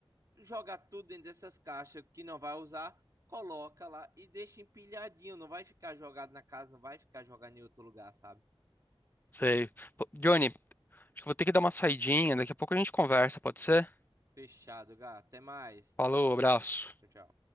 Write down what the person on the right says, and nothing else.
jogar tudo dentro dessas caixas que não vai usar, coloca lá e deixa empilhadinho. Não vai ficar jogado na casa, não vai ficar jogado em outro lugar, sabe?
Fechado, gato. Até mais.
Tchau, tchau.